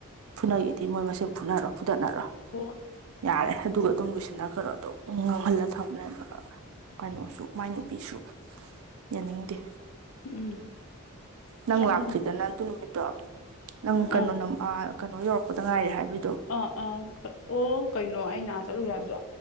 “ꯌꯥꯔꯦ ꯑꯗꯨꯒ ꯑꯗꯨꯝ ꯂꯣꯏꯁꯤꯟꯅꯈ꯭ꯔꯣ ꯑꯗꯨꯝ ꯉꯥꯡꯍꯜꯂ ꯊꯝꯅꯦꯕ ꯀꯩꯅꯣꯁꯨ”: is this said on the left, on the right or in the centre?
Right